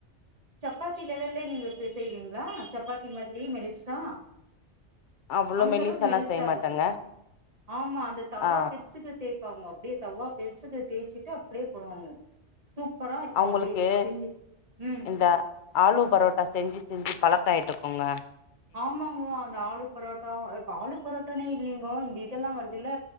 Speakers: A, on the right (about 30°); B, on the left (about 50°).
A: சப்பாத்திலெவல்லே நீங்க த்து செய்வீங்ளா சப்பாத்தி மாதிரி மெலிசா
B: அவ்ளோ
A: அந்த
B: மெலிசாலா
A: அளவுக்கு மெலிசா
B: செய்ய மாட்டேங்க
A: இருக்கும் ஆமா அந்த தவா
B: ஆ
A: பெருசுக்கு தேய்ப்பாங்க அப்டியே தவா பெருசுக்கு தேய்ச்சுட்டு அப்டியே போடுவாங்க சூப்பரா இருக்கும்
B: அவங்களுக்கு
A: அப்டியே செஞ்சிரு உம்
B: இந்த ஆலு பரோட்டா செஞ்சு செஞ்சு பழக்கம் ஆயிட்டுருக்கோங்க
A: ஆமாங்கோ அந்த ஆலுபரோட்டா இப்ப ஆலு பரோட்டானே இல்லிங்கோ இந்த இதெல்லாம் வருது இல்ல